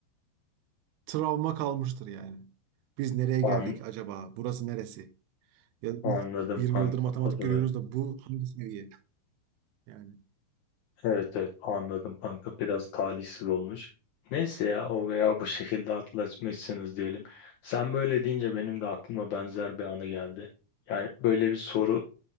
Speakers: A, on the right (about 80°); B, on the left (about 80°).
A: Travma kalmıştır yani. Biz nereye geldik
B: An
A: acaba? Burası neresi? Ya da
B: anladım
A: biz 20
B: kanka
A: yıldır matematik
B: o da
A: görüyoruz
B: var.
A: da bu hangi seviye? Yani
B: Evet evet anladım kanka biraz talihsiz olmuş. Neyse ya o veya bu şekilde atlatmışsınız diyelim. Sen böyle deyince benim de aklıma benzer bir anı geldi. Yani böyle bir soru